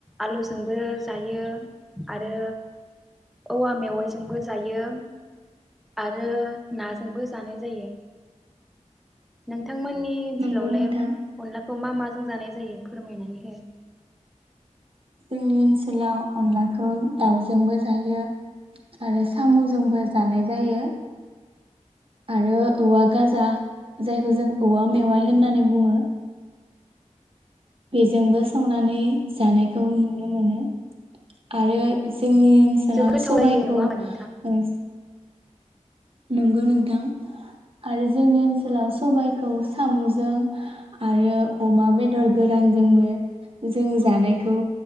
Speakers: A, in the centre; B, on the right.
A: आलुजोंबो जायो आरो औवा मेवाइजोंबो जायो आरो नाजोंबो जानाय जायो नोंथां थांमोननि ओनसोलावलाय
B: नंगौ नोंथां।
A: अनलाखौ मा मा जानाय जायो फोरमायनानै हो
B: जोंनि ओनसोलाव अनलाखौ दाउजोंबो जायो आरो साम'जोंबो जानाय जायो आरो औवा गाजा जायखौ जों औवा मेवाइ होननानै बुङो बेजोंबो संनानै जानायखौ नुनो मोनो आरो जोंनि ओनसोलाव
A: जोबोद गोथाव
B: सबाइखौ
A: जायो नङा होमबा
B: ओ
A: नोंथां
B: नोंगौ नोंथां आरो जोंनि ओनसोलाव सबायखौ साम'जों आरो अमा बेदर गोरानजोंबो जों जानायखौ